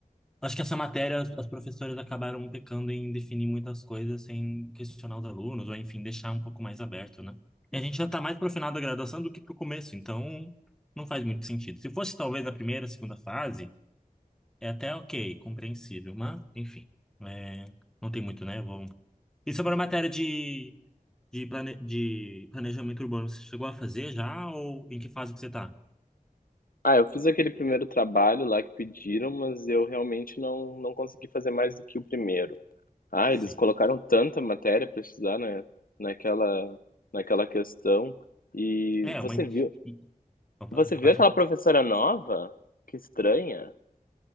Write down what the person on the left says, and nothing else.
Ah, eu fiz aquele primeiro trabalho lá que pediram, mas eu realmente não, não consegui fazer mais do que o primeiro. Ah,
eles colocaram tanta matéria para estudar na, naquela, naquela questão. E
você
viu,
você viu
aquela professora nova? Que estranha.